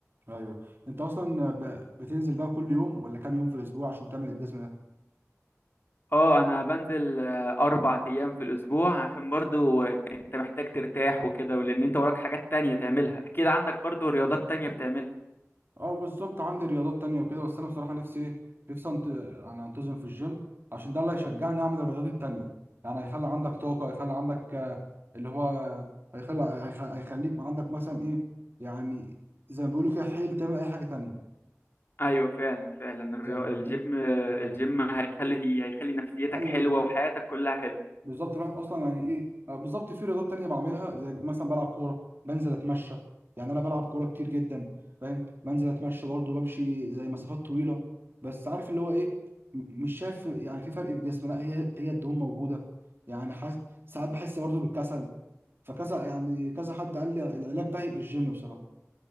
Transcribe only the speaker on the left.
اه انا بنزل آه، اربع ايام في الاسبوع عشان برضو آه، انت محتاج ترتاح وكده ولان انت وراك حاجات تانية تعملها اكيد عندك برضو رياضات تانية بتعملها
ايوه فعلا فعلا الريا...
الجيم آه،
الجيم هيخلي هيخلي نفسيتك
حلوة وحياتك كلها حلوة